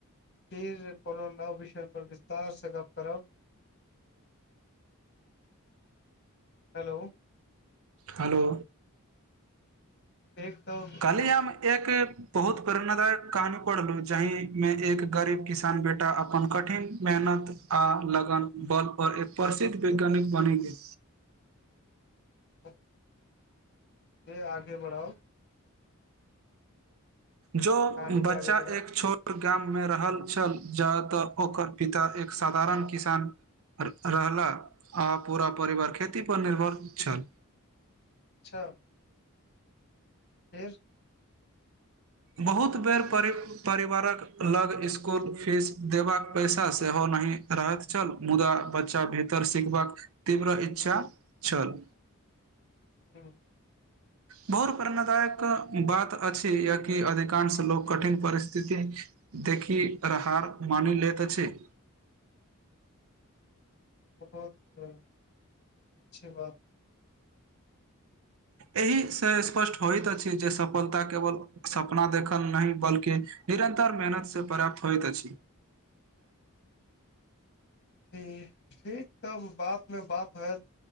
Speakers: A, on the left; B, on the right.
A: फिर कोनो नव विषय पर विस्तार से गप करब हेलो
B: हेलो
A: एक तब
B: कहली हम हम एक बहुत प्रेरणादायक कहानी पढ़लू जाहि में एक गरीब किसान बेटा अपन कठिन मेहनत आ लगन बल पर एक प्रसिद्ध वैज्ञानिक बनि गेल
A: ह य आगे बढ़ाओ
B: जो
A: कहानी के
B: बच्चा
A: आगे बढ़ाउ
B: एक छोट ओ गाम में रहल छल जा तऽ ओकर पिता एक साधारण किसान रहला आ आ पूरा परिवार खेती पर निर्भर छल
A: अच्छा फेर
B: बहुत बेर परि परिवारक लग इसकुल फीस देबाक पैसा सेहो नहि रहैत छल मुदा बच्चा भीतर सिखबाक तीव्र इच्छा छल
A: हँ
B: बहुत प्रेरणादायक बात अछि य की अधिकांश लोको कठिन परिस्थिति देखि र हार मानि लेत अछि
A: बहुत <inaudible> अच्छी बात
B: एहि से स्पष्ट होइत अछि जे सफलता केवल सपना देखल नहि बल्कि निरन्तर मेहनत से पर्याप्त होइत अछि
A: ठी ठीक तब बाद मे बात हैत